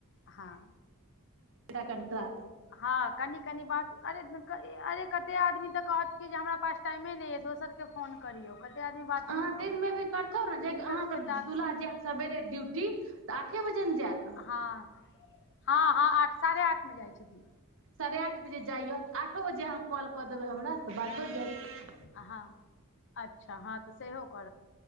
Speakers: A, on the left (about 55°); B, on the right (about 65°).
A: हँ
B: कट
A: हँ कनि कनि बात अरे अरे कते आदमी तऽ कोहत कि हमरा पास टैम नैय दोसर के फो करियौ कतेक आदमी बाते
B: अहाँ
A: नहि
B: दिनमे
A: करत
B: भी करतौ ने जे
A: जिनकर
B: अहाँके
A: सभके टास्क
B: दुल्हा जायत सेरे ड्यूटी तऽ जात
A: हँ हँ हँ आठ साढ़े आठ मे जाइ छथिन
B: साढ़े आठ बजे जाइय तऽ आठो बजे अहाँ कॉल कऽ देबै हमरा तऽ बात हो जायत
A: अहाँ अच्छा हँ सेहो हो